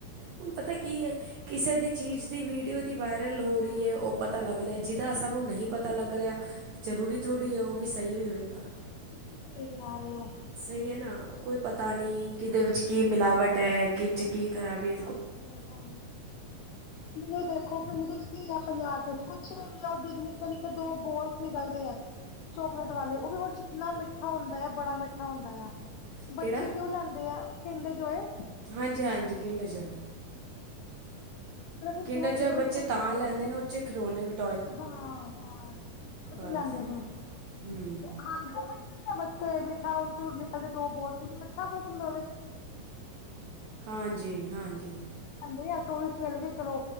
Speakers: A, on the right; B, on the left.
A: ਹੁਣ ਪਤਾ ਕੀ ਹੈ, ਕਿਸੇ ਦੀ ਚੀਜ਼ ਦੀ ਵੀਡੀਓ ਦੀ ਵਾਇਰਲ ਹੋ ਰਹੀ ਹੈ, ਉਹ ਪਤਾ ਲੱਗ ਰਿਹਾ, ਜਿਹਦਾ ਸਾਨੂੰ ਨਹੀਂ ਪਤਾ ਲੱਗ ਰਿਹਾ ਜ਼ਰੂਰੀ ਥੋੜ੍ਹੀ ਹੈ, ਉਹ ਵੀ ਸਹੀ ਵੀ ਹੋਏਗਾ
B: ਤੁਸੀ ਕੀ ਗਿਣਾ ਰਹੇ ਹੋ
A: ਸਹੀ ਹੈ ਨਾ, ਕੋਈ ਪਤਾ ਨਹੀਂ ਕਿਦੇ ਵਿੱਚ ਕੀ ਮਿਲਾਵਟ
B: ਹਾਂਜੀ
A: ਹੈ, ਕਿ ਕੀ ਖ਼ਰਾਬੀ-
B: ਹਾਂਜੀ ਹਾਂਜੀ। ਇਹ ਦੇਖੋ, ਕੀ ਮਿਲਿਆ ਪੰਜਾਹ ਰੁਪਏ ਵਿੱਚ, ਕੁਛ ਵੀ ਨੀ ਉਹ ਨਿੱਕੇ ਨਿੱਕੇ ਦੋ ਬੋਲਸ ਨਿਕਲਦੇ ਹੈ। ਚੋਕਲੇਟ ਵਾਲੇ, ਉਹ ਵੀ ਔਦੇ ਚ ਇਹਨਾਂ ਮਿੱਠਾ ਹੁੰਦਾ ਆ, ਬੜਾ ਮਿੱਠਾ ਹੁੰਦਾ ਆ। ਬੱਚੇ
A: ਕਿਹੜਾ
B: ਕਿਉਂ ਲੈਂਦੇ ਐ, ਕਿੰਡਰ ਜੋਏ?
A: ਹਾਂਜੀ ਹਾਂਜੀ, ਕਿੰਡਰ ਜੋਏ।
B: ਸਿਰਫ
A: ਕਿੰਡਰ
B: ਦੋ
A: ਜੋਏ
B: ਬੋਲਸ
A: ਬੱਚੇ
B: ਹੁੰਦੇ
A: ਤਾਂ ਲੈਂਦੇ
B: ਆ
A: ਨੇ, ਉੱਚੇ ਖਿਲੋਣੇ ਵਿੱਚ
B: ਹਾਂ ਬਸ, ਔ
A: ਬਸ
B: ਤੇ ਲੈਂਦੇ ਨੇ,
A: ਹੂੰ
B: ਉਹ ਖਾਂਦੇ ਬੱਚੇ ਮੀਠਾ ਉਹ ਚ ਨਿਕਲਦੇ ਦੋ ਬੋਲਸ, ਕਿਉਂਕਿ ਮੀਠਾ ਬਹੁਤ ਹੁੰਦਾ ਉਹਦੇ ਚ।
A: ਹਾਂਜੀ ਹਾਂਜੀ।
B: ਅੰਦਰ ਹੀ ਹੱਥ, ਟੂਲਸ ਮਿਲ ਗਏ ਚਲੋ,